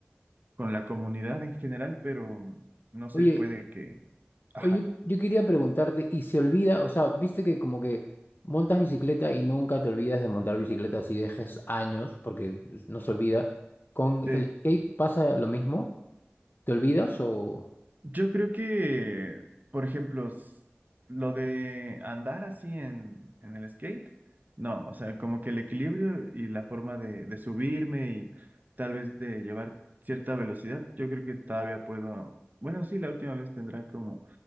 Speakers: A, on the right; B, on the left.
A: con la comunidad en general, pero no sé,
B: Oye,
A: puede que... Ajá,
B: Oye, yo yo quería preguntarte, ¿y se olvida? O sea, viste que como que montas bicicleta y nunca te olvidas de montar bicicleta si dejes años, porque es- no se olvida. ¿Con
A: sí.
B: el skate pasa lo mismo? ¿Te olvidas o...?
A: Yo creo que, por ejemplo, s- lo de andar así en, en el skate, no, o sea, como que el equilibrio y la forma de, de subirme y tal vez de llevar cierta velocidad, yo creo que todavía puedo, bueno, sí, la última vez tendrá como